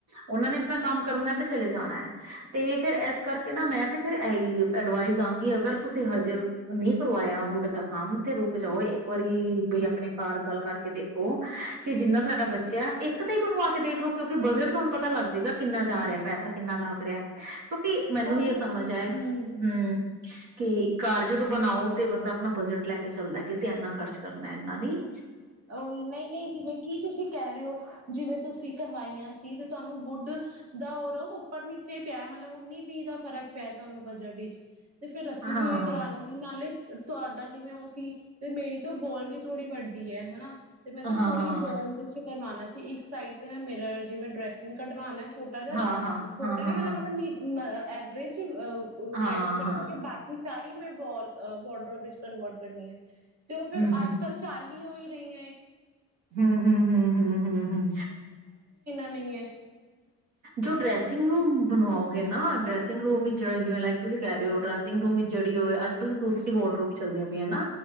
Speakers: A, on the right; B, on the right.
A: ਉਹਨਾਂ ਨੇ ਆਪਣਾ ਕੰਮ ਕਰਨੈ ਤੇ ਚਲੇ ਜਾਣਾ ਹੈ, ਤੇ ਫੇਰ ਇਸ ਕਰਕੇ ਨਾ ਮੈਂ ਤੇ ਫਿਰ ਇਹੀ ਅਡਵਾਈਸ ਦਾਂਗੀ, ਅਗਰ ਤੁਸੀਂ ਹਜੇ ਨਹੀਂ ਕਰਵਾਇਆ ਵੁੱਡ ਦਾ ਕੰਮ ਤੇ ਰੁਕ ਜਾਓ, ਇੱਕ ਵਾਰੀ ਬਈ ਆਪਣੇ ਘਰ ਗਲ ਕਰਕੇ ਦੇਖੋ ਕਿ, ਜਿੰਨਾ ਸਾਡਾ ਬੱਚਿਆਂ ਇੱਕ ਤੇ ਹੀ ਬਣਵਾ ਕੇ ਦੇਖ ਲੋ। ਕਿਉਂਕਿ, ਬਜਟ ਤੁਹਾਨੂੰ ਪਤਾ ਲੱਗ ਜਾਏਗਾ, ਕਿਨਾ ਜਾ ਰਿਹਾ ਪੈਸਾ ਕਿੰਨਾ ਲੱਗ ਰਿਹਾ ਹੈ। ਕਿਉਂਕਿ, ਮੈਨੂੰ
B: ਉਹੀ
A: ਵੀ ਇਹ
B: ਨਾ
A: ਸਮਝ
B: ਹੂੰ।
A: ਆਇਆ, ਹਮ ਕਿ ਘਰ ਜਦੋਂ ਬਣਾਓ, ਤੇ ਬੰਦਾ ਆਪਣਾ ਬਜਟ ਲੈ ਕੇ ਚੱਲਦਾ ਕਿ, ਅਸੀਂ ਇੰਨਾ ਖਰਚ ਕਰਨਾ ਇਨਾ ਨਹੀਂ।
B: ਓਹੀ, ਨਈਂ ਨਈੰ ਜਿਵੇਂ ਕੀ ਤੁਸੀਂ ਕਹਿ ਰਹੇ ਹੋ, ਜਿਵੇਂ ਤੁਸੀਂ ਕਰਵਾਈਆਂ ਸ ਸੀ ਤੇ ਤੁਹਾਨੂੰ ਵੁੱਡ ਦਾ ਔਰ ਓਹ ਉੱਪਰ ਨੀਚੇ ਹੀ ਪਿਆ ਮਤਲਬ, ਉੱਨੀ ਵੀਹ ਦਾ ਫ਼ਰਕ ਪਿਆ ਤੁਹਾਨੂੰ ਬਜਟ ਵਿਚ। ਤੇ ਫੇਰ ਅਸੀਂ
A: ਹਾਂ-ਹਾਂ,
B: ਵੀ ਉਹੀ ਕਰਾ ਲਾਂਗੇ, ਨਾਲੇ ਤੁਹਾਡਾ ਜਿਵੇਂ ਓਸ ਸੀ ਤੇ ਮੇਰੀ ਤੇ ਵੋਲ ਵੀ ਥੋੜੀ ਵੱਡੀ ਡੀ ਹੈ ਹੈਨਾ ਤੇ ਮੈਂ ਤੇ
A: ਹਾਂ-ਹਾਂ
B: ਪੂਰੀ ਵਾੱਲ ਵਿਚੋਂ ਕਰਵਾਉਣਾ ਸੀ। ਤੇ ਇੱਕ ਸਾਈਡ ਤੇ ਮੈਂ ਮਿਰਰ, ਜਿਵੇਂ ਡਰੈਸਿੰਗ ਕਢਵਾਉਣੈ ਛੋਟਾ ਜਾ,
A: ਹਾਂ, ਹਾਂ,
B: ਛੋਟਾ
A: ਹਾਂ, ਹਾਂ,
B: ਨਹੀਂ
A: ਹਾਂ,
B: ਮ ਮਤਲਬ ਮ ਐਵਰੇਜ ਈ ਅ
A: ਹਾਂ,
B: ਡਰੈਸਿੰਗ ਕਰਵਾ
A: ਹਾਂ,
B: ਕੇ, ਬਾਕੀ ਸਾਰੀ ਮੈਂ ਵੋਲ ਅ ਵੋਡਰੋਪ ਵਿੱਚ ਕਨਵਰਟ ਕਰਨੀ ਐ। ਤੇ ਉਹ ਫਿਰ
A: ਹੂੰ,
B: ਅੱਜ -ਕੱਲ੍ਹ ਚਲ ਹੀ ਓਹੀ ਰਹੀਆਂ ਐਂ।
A: ਹੂੰ-ਹੂੰ-ਹੂੰ-ਹੂੰ-ਹੂੰ-ਹੂੰ।
B: ਨਈ ਐ।
A: ਜੋ ਡਰੈਸਿੰਗ ਰੂਮ ਬਣਵਾਓਗੇ ਨਾ, ਡਰੈਸਿੰਗ ਰੂਮ ਵਿੱਚ ਜਿਵੇਂ ਲਾਈਕ ਤੁਸੀਂ ਕਹਿ ਰਹੇ ਹੋ, ਡਰੈਸਿੰਗ ਰੂਮ ਵਿੱਚ ਜੜੀ ਹੋਏ ਅੱਜ -ਕੱਲ ਤਾਂ ਦੂਸਰੀ ਵਾਰਡਰੋਪ ਚੱਲਦੀਆਂ ਪਈਆਂ ਨਾ,